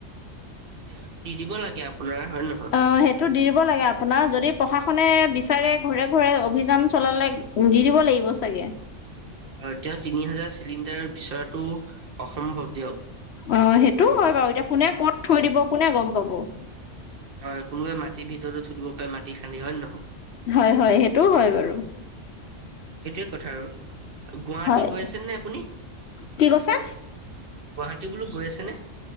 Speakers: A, on the right; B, on the left.
A: তেওঁ এইটো দি দিব লাগে আপোনাৰ হয় নে নহয়?
B: অ সেইটো দি দিব লাগে আপোনাৰ যদি প্ৰশাসনে বিচাৰে ঘৰে ঘৰে অভিযান চলালে দি দিব লাগিব চাগে।
A: অ তেওঁ তিনি হাজাৰ চিলিণ্ডাৰ বিচৰাটো অসম্ভৱ দিয়ক।
B: অ সেইটোও হয় বাৰু এতিয়া কোনে ক'ত থৈ দিব কোনে গম পাব।
A: হয় কোনোবাই মাটিৰ ভিতৰতো থুই দিব পাৰে মাটি খান্দি হয় নে নহয়?
B: হয় হয় সেইটো হয় বাৰু।
A: সেইটোৱে কথা আৰু। গুৱাহাটী
B: হয়
A: গৈ আছে নে আপুনি গুৱাহাটী
B: কি কৈছা?
A: বোলো গৈ আছেনে?